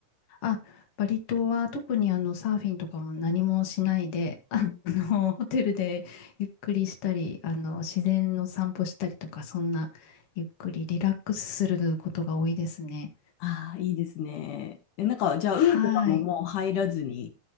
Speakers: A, on the left; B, on the left.
A: あ、バリ島は特にあのサーフィンとかも何もしないで、あのホテルでゆっくりしたり、
B: うんうん
A: あの、自然の散歩したりとか、そんな、ゆっくりリラックスすることが多いですね。
B: ああ、いいですね。え、なんか、じゃあ、
A: はい。
B: 海とかももう入らずに、